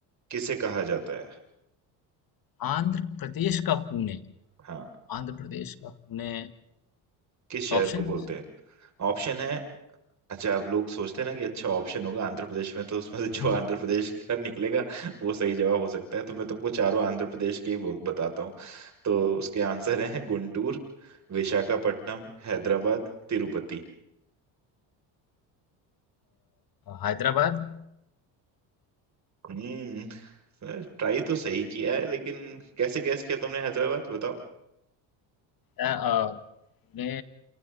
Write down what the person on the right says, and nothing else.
किसे कहा जाता है
हाँ
किस शहर
को बोलते हैं ऑप्शन है अच्छा अब लोग सोचते हैं ना कि अच्छा ऑप्शन होगा आंध्र प्रदेश में तो उसमें से जो
<laughs> आंध्र प्रदेश का निकलेगा वो सही जवाब हो सकता है तो मैं तुमको चारों आंध्र प्रदेश के ही बोल बताता हूँ तो उसके आंसर हैं गुंटूर विशाखापट्टनम हैदराबाद तिरुपति
हम्म ट्राई तो सही किया है लेकिन कैसे गैस किया तुमने हैदराबाद बताओ